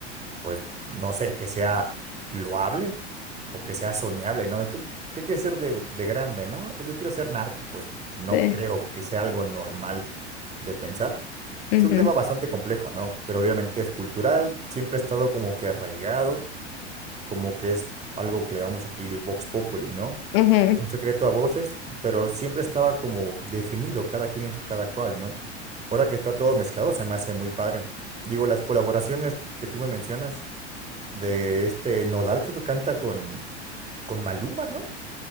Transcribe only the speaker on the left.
sí,
ujú,
ujú.